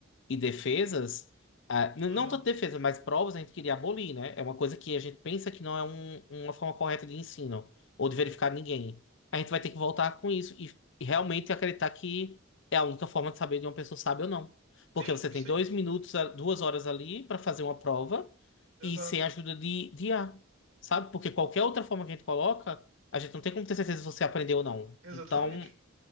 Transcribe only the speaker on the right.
Aham,
sim.
Sim,
sim,
exato.
Exatamente.